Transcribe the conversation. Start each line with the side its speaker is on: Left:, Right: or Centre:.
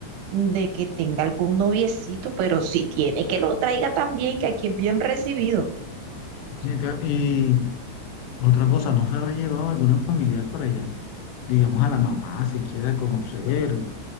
Right: de que tenga algún noviecito, pero si tiene, que lo traiga también, que aquí es bien recibido.
Left: Ven acá, y otra cosa, ¿no se habrá llevado algún familiar para allá? Digamos a la mamá, si quiera conocer,